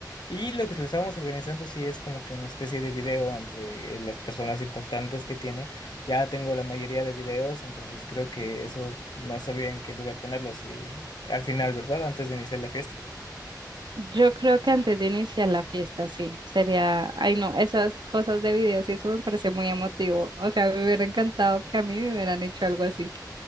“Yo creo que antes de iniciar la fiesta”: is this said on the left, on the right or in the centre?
Right